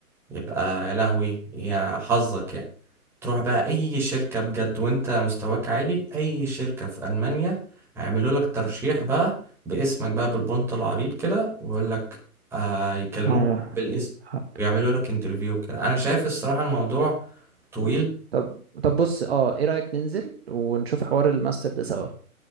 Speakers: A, in the centre; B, on the right (about 45°).
A: يبقى يا لهوي يا حظك يعني تروح بقى أي شركة بجد وأنت مستواك عالي أي شركة في ألمانيا هيعملوا لك ترشيح بقى باسمك بقى بالبنط العريض كده ويقول لك آه يكلموك
B: اه
A: بالاسم
B: حب
A: ويعملوا لك انترفيو كده أنا شايف الصراحة الموضوع طويل
B: طب طب بص اه ايه رأيك ننزل ونشوف حوار الماستر ده سوا